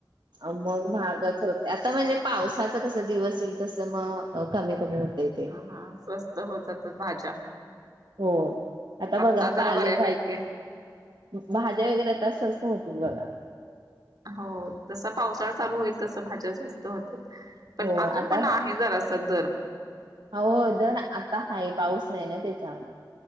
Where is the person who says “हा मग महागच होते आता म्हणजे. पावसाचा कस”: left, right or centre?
Right